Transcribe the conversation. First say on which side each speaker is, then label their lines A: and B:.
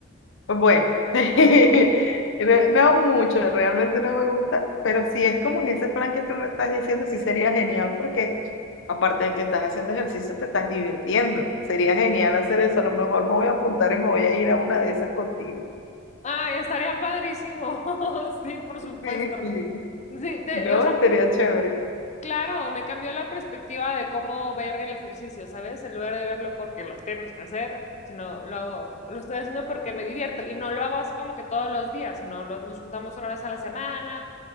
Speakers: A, on the left (about 65°); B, on the left (about 35°).
A: Bueno, <laughs> no, no mucho, realmente no me gusta, pero si es como en ese plan que tú me estás diciendo, sí sería genial porque aparte de que estás haciendo ejercicio, te estás divirtiendo. Sería genial hacer eso. A lo mejor me voy a apuntar y me voy a ir a una de esas contigo. <laughs>
B: Ay, estaría padrísimo. <laughs> Sí, por supuesto.
A: Sí, sí.
B: Sí, te-
A: No,
B: o sea,
A: sería chévere.
B: claro, me cambió la perspectiva de cómo ver el ejercicio, ¿sabes? En lugar de verlo porque lo tienes que hacer, sino lo hago, lo estoy haciendo porque me divierto y no lo hago así como que todos los días, sino lo- nos juntamos una vez a la semana